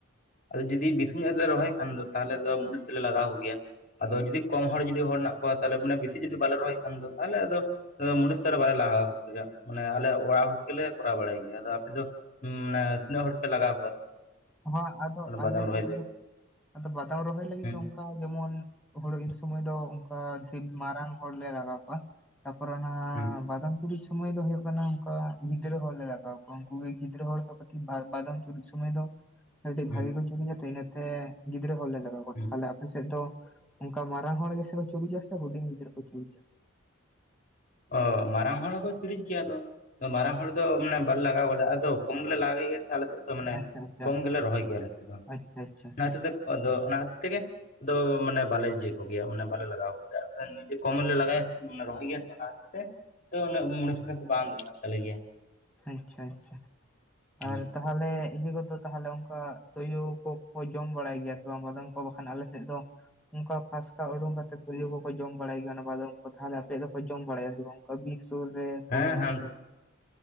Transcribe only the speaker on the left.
ᱟᱫᱚ ᱡᱩᱫᱤ ᱵᱮᱥᱤ ᱧᱚᱜ ᱨᱚᱦᱚᱭ ᱠᱷᱟᱱ ᱫᱚ ᱛᱟᱦᱚᱞᱮ ᱫᱚ ᱢᱩᱱᱤᱥ ᱞᱮ ᱞᱟᱜᱟᱣ ᱠᱚ ᱜᱮᱭᱟ ᱾ ᱟᱫᱚ ᱡᱩᱫᱤ ᱠᱚᱢ ᱦᱚᱲ ᱡᱩᱫᱤ ᱦᱚᱲ ᱦᱮᱱᱟᱜ ᱼᱼ ᱠᱚᱣᱟ ᱛᱟᱦᱞᱮ ᱢᱟᱱᱮ ᱵᱮᱥᱤ ᱡᱩᱫᱤ ᱵᱟᱞᱮ ᱨᱚᱦᱚᱭ ᱠᱷᱟᱱ ᱫᱚ ᱛᱟᱦᱚᱞᱮ ᱟᱫᱚ ᱢᱩᱱᱤᱥ ᱫᱚ ᱟᱫᱚ ᱵᱟᱞᱮ ᱞᱟᱜᱟᱣ ᱠᱚ ᱜᱮᱭᱟ ᱾ ᱢᱟᱱᱮ ᱟᱞᱮ ᱚᱲᱟᱜ ᱦᱚᱲ ᱜᱮᱞᱮ ᱠᱚᱨᱟᱣ ᱵᱟᱲᱟᱭ ᱜᱮᱭᱟ ᱾ ᱟᱫᱚ ᱟᱯᱮ ᱫᱚ ᱢᱟᱱᱮ ᱛᱤᱱᱟᱹᱜ ᱦᱚᱲ ᱯᱮ ᱞᱟᱜᱟᱣ ᱠᱚᱣᱟ?
ᱵᱟᱫᱟᱢ ᱨᱚᱦᱚᱭ
ᱞᱟᱹᱜᱤᱫ
ᱦᱩᱸ
ᱦᱩᱸ
ᱦᱩᱸ
ᱦᱩᱸ
ᱚ ᱢᱟᱨᱟᱝ ᱦᱚᱲ ᱦᱚᱸᱠᱚ ᱪᱩᱨᱩᱡ ᱜᱮᱭᱟ ᱟᱫᱚ ᱼᱼ ᱢᱟᱨᱟᱝ ᱦᱚᱲ ᱫᱚ ᱢᱟᱱᱮ ᱵᱟᱞᱮ ᱞᱟᱜᱟᱣ ᱜᱚᱫᱟ ᱟᱫᱚ ᱠᱚᱢ ᱞᱮ ᱞᱟᱜᱟᱣ ᱜᱮᱭᱟ ᱟᱞᱮ ᱥᱮᱫ ᱫᱚ ᱼᱼ ᱢᱟᱱᱮ
ᱠᱚᱢ ᱜᱮᱞᱮ ᱨᱚᱦᱚᱭ ᱜᱮᱭᱟ ᱟᱞᱮ ᱥᱮᱫ ᱫᱚ
᱾
ᱚᱱᱟ ᱠᱷᱟᱹᱛᱤᱨ ᱛᱮ ᱟᱫᱚ ᱚᱱᱟ ᱠᱷᱟᱹᱛᱤᱨ ᱛᱮᱜᱮ ᱼᱼ ᱟᱫᱚ ᱢᱟᱱᱮ ᱵᱟᱞᱮ ᱤᱭᱟᱹ ᱠᱚ ᱜᱮᱭᱟ, ᱢᱟᱱᱮ ᱵᱟᱞᱮ ᱞᱟᱜᱟᱣ ᱠᱚᱜᱮᱭᱟ ᱾ ᱟᱫᱚ ᱱᱤᱡᱮ ᱠᱚᱢ ᱞᱮ ᱞᱟᱜᱟᱣ ᱜᱮᱭᱟ ᱥᱮ ᱢᱟᱱᱮ ᱨᱚᱦᱚᱭ ᱜᱮᱭᱟ ᱥᱮ ᱾ ᱛᱚ ᱩᱱᱟᱹᱜ ᱢᱩᱱᱤᱥ ᱯᱩᱱᱤᱥ ᱵᱟᱝ ᱫᱚᱨᱠᱟᱨᱚᱜ ᱛᱟᱞᱮ ᱜᱮᱭᱟ ᱾
ᱦᱩᱸ
ᱦᱮᱸ
ᱦᱮᱸ